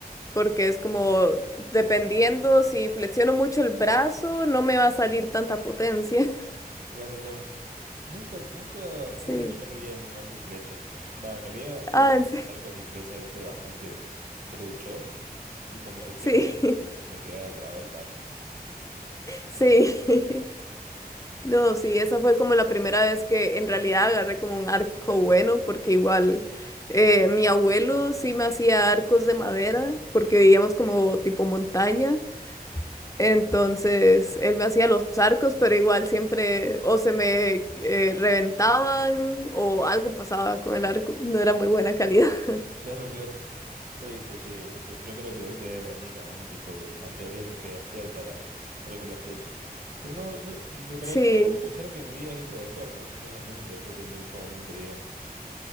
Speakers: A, on the left; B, on the right.
A: Porque es como, dependiendo si flexiono mucho el brazo, no me va a salir tanta potencia. <laughs>
B: Claro, claro. Nunca, nunca
A: Sí.
B: pude tirar bien un arco y flecha. Va, en realidad he
A: Ah,
B: usado
A: en se-
B: arcos y flechas, viste, bastantes truchos. Y como
A: <laughs>
B: que siempre
A: sí, <laughs>
B: eh, se me quedaba trabado el palo.
A: sí. No, sí, esa fue como la primera vez que en realidad agarré como un arco bueno, porque igual eh, mi abuelo sí me hacía arcos de madera, porque vivíamos como tipo montaña, entonces él me hacía los arcos, pero igual siempre o se me eh, reventaban o algo pasaba con el arco, no era muy buena calidad. <laughs>
B: Claro, claro. Sí, sí, sí. Yo, yo creo que de- debe venir algún tipo de material especial para algo con la flecha. Pero no, no, me pareció
A: Sí,
B: raro escuchar que me digas ese deporte. O sea, no es, no es un deporte muy común que digamos.